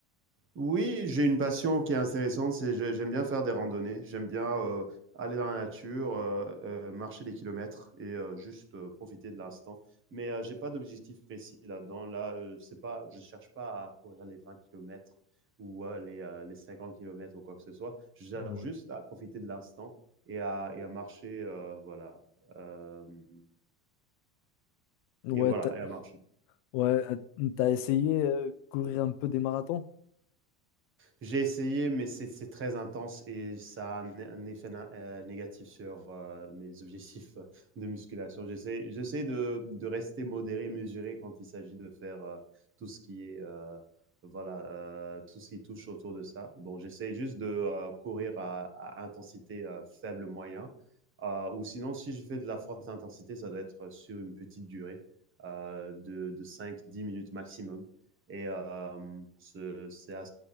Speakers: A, on the right; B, on the left.
A: Oui, j'ai une passion qui est intéressante, c'est je j'aime bien faire des randonnées, j'aime bien, heu, aller dans la nature, heu heu, marcher des kilomètres et heu, juste, heu, profiter de l'instant. Mais heu, j'ai pas d'objectif précis là-dedans. Là, heu, c'est pas je cherche pas à courir les 20 kilomètres ou heu, les, heu, les 50 kilomètres ou quoi que ce soit. Je cherche
B: Ouais.
A: juste à profiter de l'instant et à et à marcher, heu, voilà, hem
B: Ouais,
A: et voilà
B: t'as,
A: et à marcher.
B: ouais, euh, t'as essayé euh, courir un peu des marathons?
A: J'ai essayé, mais c'est c'est très intense et ça a un, un effet na- euh, négatif sur euh, mes objectifs de musculation. J'essaie, j'essaie de, de rester modéré, mesuré quand il s'agit de faire euh, tout ce qui est, euh, voilà, euh, tout ce qui touche autour de ça. Bon, j'essaie juste de euh, courir à, à intensité euh, faible moyen. Euh, ou sinon, si je fais de la forte intensité, ça doit être sur une petite durée euh, de, de 5-10 minutes maximum. Et euh, c'est à,